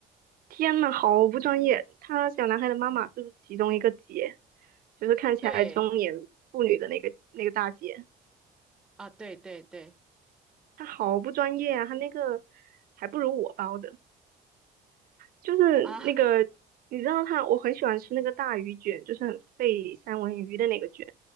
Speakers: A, on the right; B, in the centre.
A: 天呐，好不专业！他小男孩的妈妈就是其中一个姐？就是看起来中年妇女的那个那个大姐，
B: 对啊，对对对
A: 她好不专业啊！她那个还不如我包的，就是那个你知道她，
B: 啊，
A: 我很喜欢吃那个大鱼卷，就是很费三文鱼的那个卷，